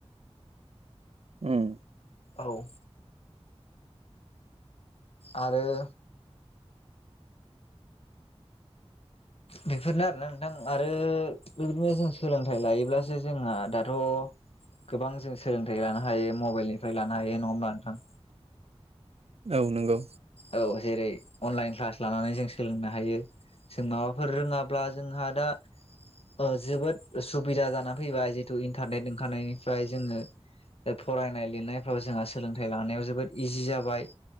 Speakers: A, on the right; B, on the left.
A: उम
B: औ आरो बेफोरनो आरोना नोंथां आरो बेबायदिनो जों सोलोंथाइ लायोब्ला सो जोंहा दाथ' गोबां जों सोलोंथाइ लानो हायो मबेलनिफ्राय लान नो हायो नङा होमबा नोंथां?
A: औ नंगौ।
B: औ जेरै अनलायन क्लास लानानै जों सोलोंनो हायो। जों माबाफोर रोङाब्ला जोंहा दा ओ जोबोद उसुबिदा जानानै फैबाय जितु इन्टारनेट ओंखारनायनिफ्राय जोङो ओ फरायनाय लिरनायफ्राव जोंहा सोलोंथाइ लानायाव जोबोद इजि जाबाय